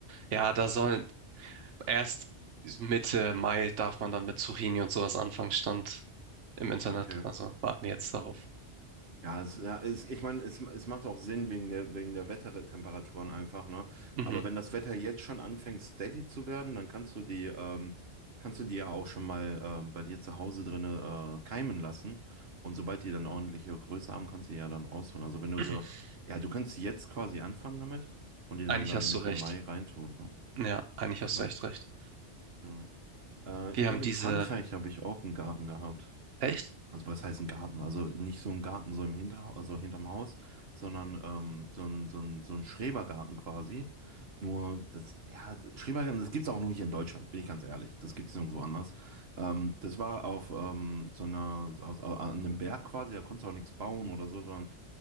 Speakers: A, on the right; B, on the right.
A: ja, da sollen erst Mitte Mai darf man dann mit Zucchini und sowas anfangen, stand im Internet.
B: Okay.
A: Also warten wir jetzt darauf.
B: Ja, es, ja es, ich meine, es, es macht auch Sinn wegen der, wegen der Wettertemperaturen einfach, ne?
A: Mhm.
B: Aber wenn das Wetter jetzt schon anfängt, steady zu werden, dann kannst du die, ähm, kannst du die ja auch schon mal ähm, bei dir zu Hause drinne äh, keimen lassen. Und sobald die dann ordentliche Größe haben, kannst du die ja dann rausholen. Also wenn du
A: <clears throat>
B: so, ja, du kannst jetzt quasi anfangen damit und die
A: Eigentlich
B: dann dann
A: hast
B: Mitte
A: du recht.
B: Mai reintun, ne?
A: Ja, eigentlich hast
B: Ja,
A: du echt recht.
B: ja. Äh,
A: Die
B: ich
A: haben
B: habe
A: diese.
B: in Frankreich habe ich auch einen Garten gehabt.
A: Echt?
B: Also was heißt ein Garten? Also nicht so ein Garten so im Hinterhaus, also hinterm Haus, sondern ähm, so ein, so ein, so ein Schrebergarten quasi. Nur das, ja, Schrebergarten, das gibt's auch nur hier in Deutschland, bin ich ganz ehrlich. Das gibt's nirgendwo anders. Ähm, das war auf ähm, so einer, aus, au- an einem Berg quasi, da konntest du auch nichts bauen oder so, sondern